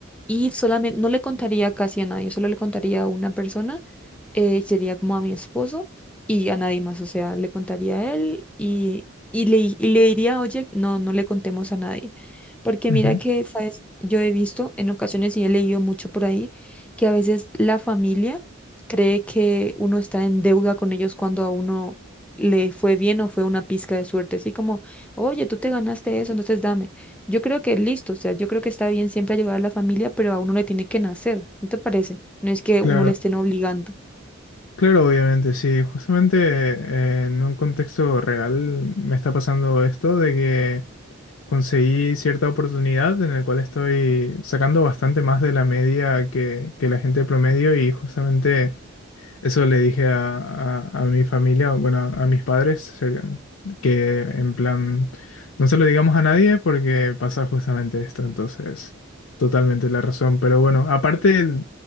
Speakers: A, in the centre; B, on the left.
A: y solamente no le contaría casi a nadie, solo le contaría a una persona, eh, sería como a mi esposo y a nadie más, o sea, le contaría a él y, y, le, y le diría, oye, no, no le contemos a nadie, porque
B: ujú,
A: mira que, sabes, yo he visto en ocasiones y he leído mucho por ahí que a veces la familia cree que uno está en deuda con ellos cuando a uno le fue bien o fue una pizca de suerte, así como, oye, tú te ganaste eso, entonces dame. Yo creo que listo, o sea, yo creo que está bien siempre ayudar a la familia, pero a uno le tiene que nacer, ¿no te parece? No es que
B: claro,
A: uno le estén obligando.
B: claro, obviamente, sí, justamente eh, en un contexto real me está pasando esto de que conseguí cierta oportunidad en la cual estoy sacando bastante más de la media que, que la gente promedio y justamente... Eso le dije a, a- a mi familia, bueno, a, a mis padres, serían- que en plan, no se lo digamos a nadie porque pasa justamente esto, entonces, totalmente la razón. Pero bueno, aparte,